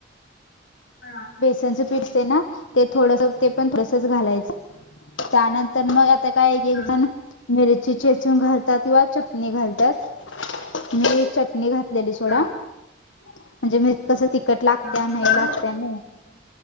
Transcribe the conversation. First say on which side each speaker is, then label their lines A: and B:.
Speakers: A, on the left (about 60°); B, on the left (about 90°).
A: हां
B: बेसनचं पिठं असतंय नां ते थोडंसं ते पणं थोडंसं चं घालायचं. त्यांनंतर मंग आंता कायं एक
A: हा
B: एक जणं मिर्ची चेेचूंन घालतांत किंवा चटणी घालतांत मी चटणी घातलेली सोंडा
A: हा
B: म्हणजे मी कसं तिकटं लागत्यां
A: हा
B: नाहीं
A: लाल
B: लागत्यां
A: झाली असतील
B: नाहीं.
A: की काय